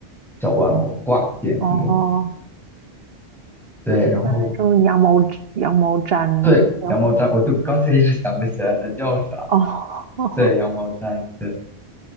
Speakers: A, in the centre; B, on the right.
A: 小玩偶挂件那种的。
B: 哦，
A: 对，然后
B: 像那种羊毛羊毛毡，
A: 对，
B: 然后
A: 羊毛毡，我就刚才一直想不起来它叫啥。
B: 哦，<laughs>
A: 对，羊毛毡，对，